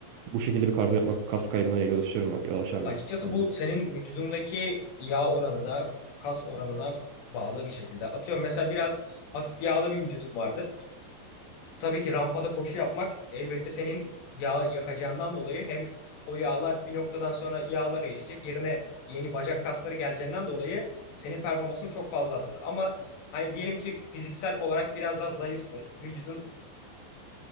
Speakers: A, on the right; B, on the left.
A: bu şekilde bir kardiyo yapmak kas kaybına yol açar mı? Yol açar mı
B: Açıkçası
A: bende?
B: bu senin vücudundaki yağ oranına, kas oranına bağlı bir şekilde. Atıyorum mesela biraz hafif yağlı bir vücudun vardır. Tabii ki rampada koşu yapmak elbette senin yağ yakacağından dolayı hem o yağlar bir noktadan sonra yağlar eriyecek. Yerine yeni bacak kasları geleceğinden dolayı senin performansın çok fazla arttırır. Ama hani diyelim ki fiziksel olarak biraz daha zayıfsın. Vücudun